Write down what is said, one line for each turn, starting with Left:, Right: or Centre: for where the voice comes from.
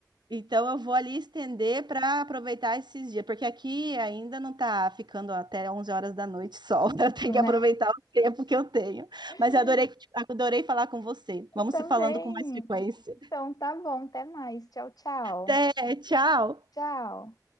Right: Então eu vou ali estender para aproveitar esses dias, porque aqui ainda não tá ficando até 11 horas da noite sol. <laughs> Eu tenho
Left: né?
Right: que aproveitar o tempo que eu tenho.
Left: <laughs>
Right: Mas eu adorei, adorei falar com você. Vamos
Left: Eu também.
Right: se falando com mais frequência.
Left: Então tá bom, até mais. Tchau, tchau.
Right: Até, tchau.
Left: Tchau.